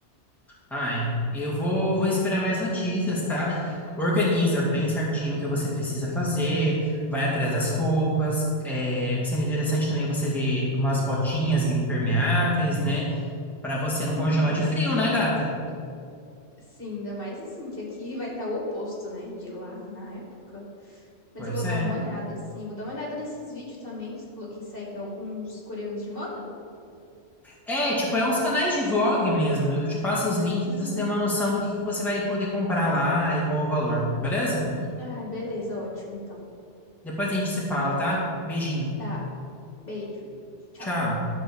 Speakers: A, in the centre; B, on the left (about 50°).
A: Ai, eu vou, vou esperar mais notícias, tá? Organiza
B: Uhum.
A: bem certinho o que você precisa fazer, vai atrás das roupas. É, sendo interessante também você ver umas botinhas impermeáveis, né? Pra você não
B: Uhum.
A: congelar de frio, né, gata?
B: Sim, ainda mais assim, que aqui <laughs> vai estar o oposto, né, de lá na época. Mas
A: Pois
B: eu vou dar
A: é.
B: uma olhada, sim. Vou dar uma olhada nesses vídeos também. Você falou que segue alguns coreanos de moda?
A: É, tipo, é uns canais de vlog mesmo. Eu te passo os links
B: Hum.
A: pra você ter uma noção do que que você vai poder comprar lá e qual o valor, beleza?
B: Ah, beleza, ótimo, então.
A: Depois a gente se fala, tá? Beijinho.
B: Tá, beijo. Tchau.
A: Tchau.